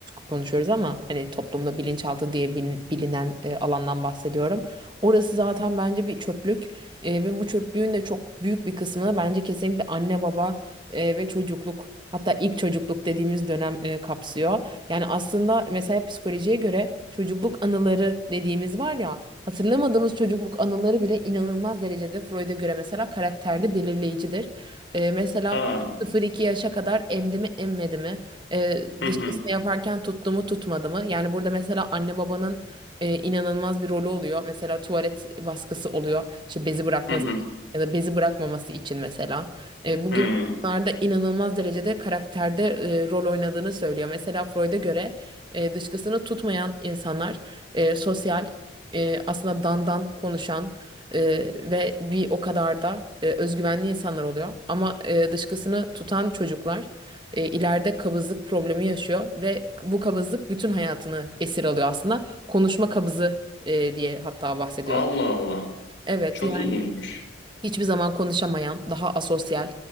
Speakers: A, on the right; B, on the left.
A: konuşuyoruz ama hani toplumda bilinçaltı diye bilin- bilinen e, alandan bahsediyorum. Orası zaten bence bir çöplük E, ve bu çöplüğün de çok büyük bir kısmını bence kesinlikle anne baba e, ve çocukluk hatta ilk çocukluk dediğimiz dönem e, kapsıyor. Yani aslında mesela psikolojiye göre çocukluk anıları dediğimiz var ya hatırlamadığımız çocukluk anıları bile inanılmaz derecede Freud'a göre mesela karakterde belirleyicidir. Ee, mesela
B: Aa,
A: 0-2 yaşa kadar emdi mi emmedi mi? Ee,
B: hı
A: dışkısını
B: hı.
A: yaparken tuttu mu tutmadı mı? Yani burada mesela anne babanın e, inanılmaz bir rolü oluyor. Mesela tuvalet baskısı oluyor. İşte bezi bırakması
B: Hı hı.
A: ya da bezi bırakmaması için mesela. E, bu
B: Hı.
A: gibi Bunlar da inanılmaz derecede karakterde e, rol oynadığını söylüyor. Mesela Freud'a göre e, dışkısını tutmayan insanlar e, sosyal, e, aslında dandan konuşan e, ve bir o kadar da e, özgüvenli insanlar oluyor. Ama e, dışkısını tutan çocuklar e, ileride kabızlık problemi yaşıyor ve bu kabızlık bütün hayatını esir alıyor aslında. Konuşma kabızı e, diye hatta bahsediyor.
B: Allah Allah.
A: Evet
B: Çok
A: yani
B: ilginçmiş.
A: hiçbir zaman konuşamayan, daha asosyal,